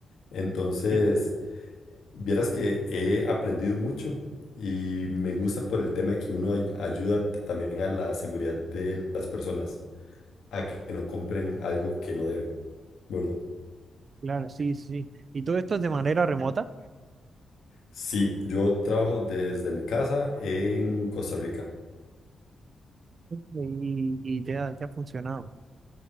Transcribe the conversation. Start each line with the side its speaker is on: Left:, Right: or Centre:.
Left: Entonces,
Right: Entiendo.
Left: vieras que he aprendido mucho y me gusta por el tema de que uno ay- ayuda t- también a la seguridad de las personas, a que no compren algo que no deben, ¿verdad?
Right: Claro, sí, sí. sí. Y todo esto es de manera remota
Left: Sí, yo trabajo desde mi casa en Costa Rica.
Right: y, y te ha, te ha funcionado.